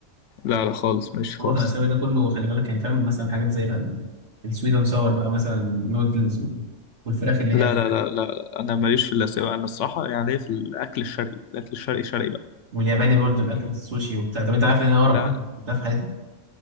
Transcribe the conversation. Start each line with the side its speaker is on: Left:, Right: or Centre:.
Left: لا لا خالص ماليش
Right: المطبخ
Left: خالص
Right: الاسيوي ده كله خلي بالك يعني فاهم مثلا حاجات زي ال- السويد اند ساور بقى مثلا النودلز وال- والفراخ اللي
Left: لا
Right: هي
Left: لا لا لا انا ماليش في الاسيوي انا الصراحه يعني ليا في الاكل الشرقي الاكل الشرقي شرقي بقى
Right: والياباني برضو الاكل
Left: مم.
Right: السوشي وبتاع طب انت عارف ان انا اقرب
Left: لا
Right: اكل كلتها في حياتي